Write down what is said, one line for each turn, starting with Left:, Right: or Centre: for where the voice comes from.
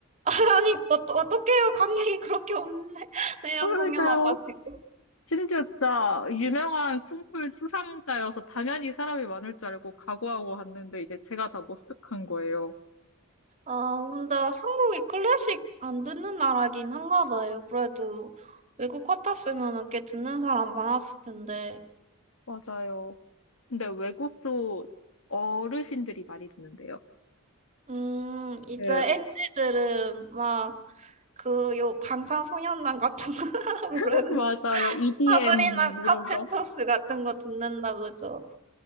Right: <laughs> 아니, 어, 어떡해요. 관객이 그렇게 없네. <laughs> 내년
Left: 그러니까요.
Right: 공연 와가지고.
Left: 심지어 진짜 유명한 콩쿨 수상자여서 당연히 사람이 많을 줄 알고 각오하고 왔는데 이제 제가 다 머쓱한 거예요.
Right: 아, 근데 한국이 클래식 안 듣는 나라긴 한가 봐요. 그래도 외국 같았으면 꽤 듣는 사람 많았을 텐데.
Left: 맞아요. 근데 외국도 어르신들이 많이 듣는데요.
Right: 음, 이제
Left: 그,
Right: 엔지들은 막 그 요 방탄소년단 같은 거 <laughs> 뭐라는
Left: <laughs> 맞아요. EDM
Right: 사브리나
Left: 이런
Right: 카펜터스
Left: 거.
Right: 같은 거 듣는다 그죠?